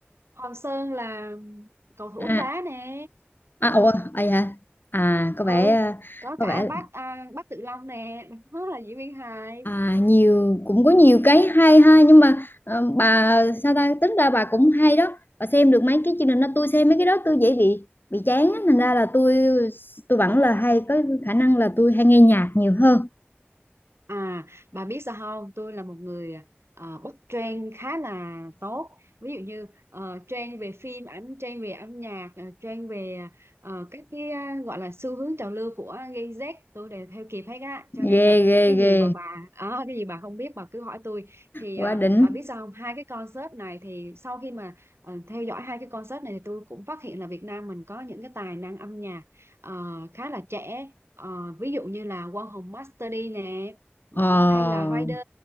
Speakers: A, on the right (about 85°); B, on the left (about 55°).
A: Hoàng Sơn là cầu thủ
B: à
A: bóng đá nè.
B: à
A: Ừ.
B: ủa ai hả à có
A: ừ
B: vẻ ờ,
A: có
B: có
A: cả
B: vẻ
A: bác à, bác Tự Long nè, đó là diễn viên hài.
B: À, nhiều cũng có nhiều cái hay ha nhưng mà ờ, bà sao ta tính ra bà cũng hay đó bà xem được mấy cái chương trình đó tôi xem mấy cái đó tôi dễ bị bị chán á thành ra là tôi tôi vẫn là hay có khả năng là tôi hay nghe nhạc nhiều hơn
A: À, bà biết sao không? Tôi là một người ờ, bắt trend khá là tốt. Ví dụ như ờ, trend về phim ảnh, trend về âm nhạc, ờ, trend về ờ, các cái ờ, gọi là xu hướng trào lưu của Gen Z tôi đều theo kịp hết á. Cho nên
B: ghê
A: là
B: ghê
A: cái gì
B: ghê
A: mà bà ờ, cái gì bà không biết bà cứ hỏi tôi. Thì
B: quá
A: ờ,
B: đỉnh
A: bà biết sao không? Hai cái concert này thì sau khi mà ờ, theo dõi hai cái concert này thì tôi cũng phát hiện là Việt Nam mình có những cái tài năng âm nhạc ờ, khá là trẻ. Ờ, ví dụ như là Quang Hùng Master D nè đó
B: ờ
A: hay là Rider